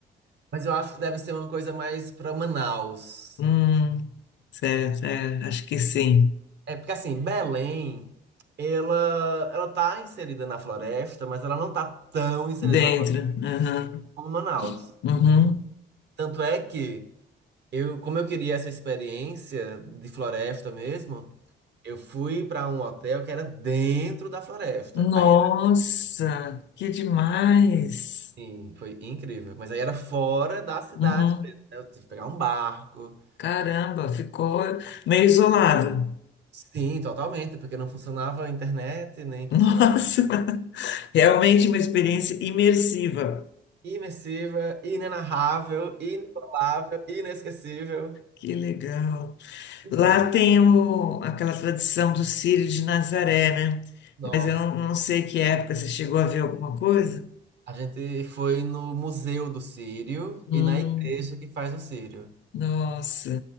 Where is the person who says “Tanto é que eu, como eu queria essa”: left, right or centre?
Right